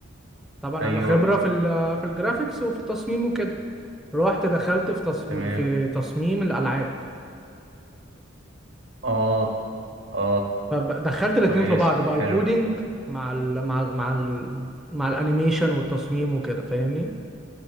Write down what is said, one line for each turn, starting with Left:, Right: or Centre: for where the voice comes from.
Centre: طبعا
Right: ايوه
Centre: انا خبره في ال... في الجرافيكس وفي التصميم وكده رحت دخلت في تصميم
Right: تمام
Centre: في تصميم الالعاب
Right: اه اه
Centre: فدخلت الاتنين
Right: كويسة
Centre: في بعض بقى
Right: حلو
Centre: الكودينج مع ال مع ال مع ال مع الانيميشن والتصميم وكده فاهمني